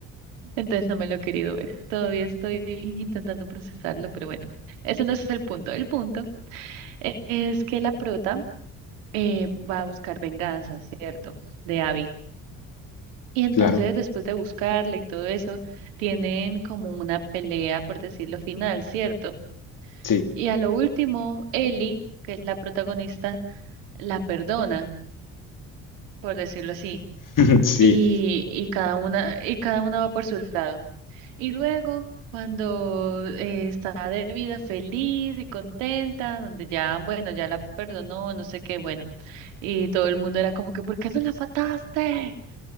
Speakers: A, on the right (about 90°); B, on the left (about 55°).
A: Entonces no me lo he querido ver. Todavía estoy intentando procesarlo, pero bueno, eso no es el punto. El punto e- es que la prota eh, va a buscar venganza, ¿cierto? De Abby. Y entonces,
B: Claro,
A: después de buscarla y todo eso, tienen como una pelea, por decirlo final, ¿cierto?
B: sí,
A: Y a lo último, Ellie, que es la protagonista, la perdona, por decirlo así.
B: <laughs> sí.
A: Y, y cada una, y cada una va por su lado. Y luego, cuando eh, está de vida feliz y contenta, donde ya, bueno, ya la perdonó, no sé qué, bueno, y todo el mundo era como que, ¿por qué no la mataste?